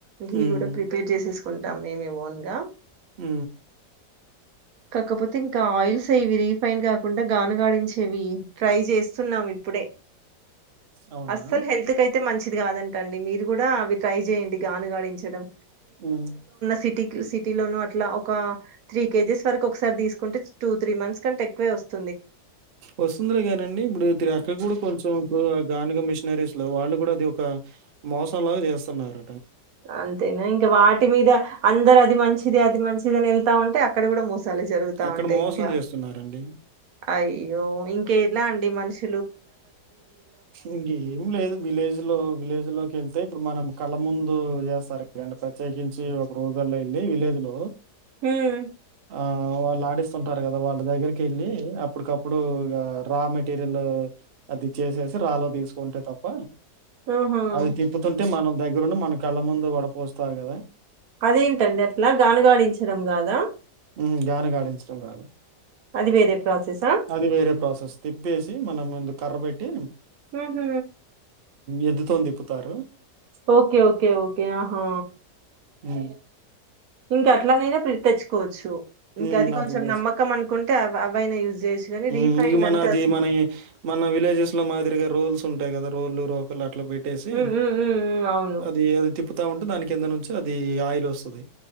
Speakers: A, on the right; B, on the right.
A: ఘీ
B: హ్మ్.
A: కూడా ప్రిపేర్ చేసేసుకుంటా మేమేమోన్గా
B: ఆ
A: కాకపోతే ఇంకా ఆయిల్స్ అవి రీఫైన్ కాకుండా గాన గాడించేవి ట్రై చేస్తున్నాం ఇప్పుడే
B: అవునా?
A: <inaudible> అస్సలు హెల్త్ క అయితే మంచిది, కాదంట అండి మీరు గూడా అవి ట్రై చేయండి, గాను గాడించడం
B: మ్
A: సిటీ సిటీ లోను అట్లా ఒక త్రీ కేజెస్ వరకు ఒకసారి తీసుకుంటే టూ త్రీ మంత్స్ కంటే ఎక్కువే వస్త
B: వస్తుందలే కానండి ఇప్పుడు తిరి అక్క కూడా కొంచెం ఇప్పుడు గానుగ మిషనరీస్ లో వాళ్ళు కూడా అది ఒక మోసం లాగా చేస్తున్నారు
A: అంతేనా ఇంకా వాటి మీద అందరు అది మంచిది అది మంచిది అని వెళ్తా ఉంటే అక్కడ కూడా మె స్ సలు జరుగుతా
B: అక్కడ
A: ఉంటాయి
B: మోసం
A: ఇంకా
B: జేస్తున్నారండి.
A: అయ్యో ఇంక ఎలా అండి మనిషి
B: ఇంకె లేదు విలేజ్ లో విలేజ్ లోకి వెళ్తే ఇప్పుడు మనం కళ్ళ ముందు చేస్తారు కా ప్రత్యేకించి ఒక రోజుల్లో వెళ్ళి విలేజ్ లో
A: ఉమ్
B: ఆ వాళ్ళు ఆడిస్తుంటారు గదా వాళ్ళ దగ్గరికి వెళ్ళి అప్పుటికప్పుడు రా మెటీరియల్ అది చేసేసి రాలో తీసుకుంటే తప్ప
A: ఆహా.
B: అది తిప్పుతుంటే మనం దగ్గరుండి మన కళ్ళ ముందు వడపోస్తారు గదా
A: అదేంటండి అట్లా గానగాడించడం గాదా
B: మ్ గానుగాడించడం కాదు
A: అది వేరే ప్రాసెసా?
B: అది వేరే ప్రాసెస్ తిప్పేసి మనం ముందు కర్ర పెట్టి
A: ఉ హు
B: ఎద్దుతో తిప్పుతారు
A: ఓకే ఓకే ఓకే ఆహా
B: ఉ
A: ఇంకా అట్లానేనా తెచ్చుకోవచ్చు సో
B: హ్మ్,
A: ఇంకా అది కొంచెం
B: అట్లా చేస్తే
A: నమ్మకం అనుకుంటే అవైనా యూజ్ చేయొచ్చు గానీ
B: హ్మ్,
A: రీఫైండ్
B: ఇక మన
A: అంటే
B: అది
A: అసలు
B: మన మన విలేజెస్ లో మాదిరిగా రోల్స్ ఉంటాయి గదా రోల్లు రోకలు అ అట్లా పెట్టేసి
A: హ్మ్. హ్మ్. హ్మ్. హ్మ్. అవును.
B: అది అది తిప్పుతా ఉంటే దాని కింద నుంచి అది ఆయిల్ వస్తది